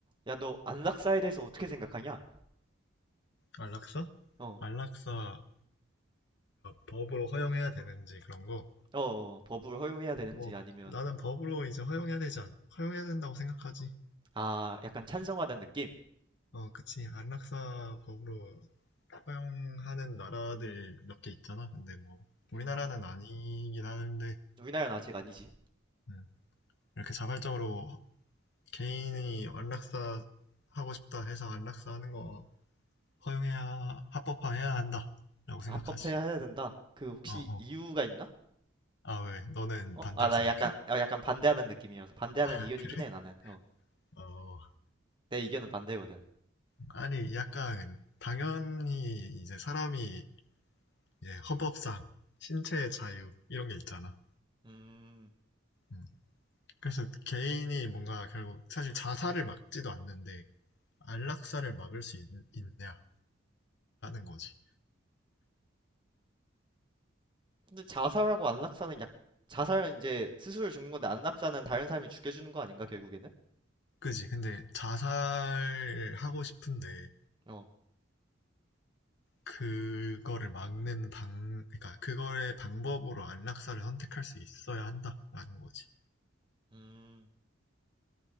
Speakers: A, on the right; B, on the left.
A: 야, 너 안락사에 대해서 어떻게 생각하냐?
B: 안락사?
A: 어,
B: 안락사가 법으로 허용해야 되는지 그런 거?
A: 어, 어, 법을 허용해야 되는지
B: 뭐
A: 아니면
B: 나는 법으로 이제 허용해야 되지 않, 허용해야 된다고 생각하지.
A: 아, 약간 찬성하는 느낌?
B: 어, 그치. 안락사 법으로 허용하는 나라들 몇 개 있잖아. 근데 뭐 우리나라는
A: 음,
B: 아니긴 하는데
A: 우리나라는 아직 아니지.
B: 음, 이렇게 자발적으로 개인이 안락사 하고 싶다 해서 안락사 하는 거 허용해야 합법화해야 한다라고 생각하지.
A: 합법해야 해야 된다. 그 혹시
B: 어, 어.
A: 이유가 있나?
B: 아, 왜? 너는
A: 어?
B: 반대로
A: 아, 나
B: 생각해?
A: 약간 어, 약간 반대하는 느낌이어서 반대하는
B: 아,
A: 의견이긴
B: 그래?
A: 해 나는. 어,
B: 어,
A: 내 의견은 반대거든.
B: 아니 약간 당연히 이제 사람이 이제 헌법상 신체의 자유 이런 게 있잖아.
A: 음,
B: 음. 그래서 개인이 뭔가 결국 사실 자살을 막지도 않는데 안락사를 막을 수 있, 있냐라는 거지.
A: 근데 자살하고 안락사는 약 자살은 이제 스스로 죽는 건데 안락사는 다른 사람이 죽여주는 거 아닌가 결국에는?
B: 그지? 근데 자살하고 싶은데
A: 어,
B: 그거를 막는 방, 그러니까 그거의 방법으로 안락사를 선택할 수 있어야 한다라는 거지.
A: 음,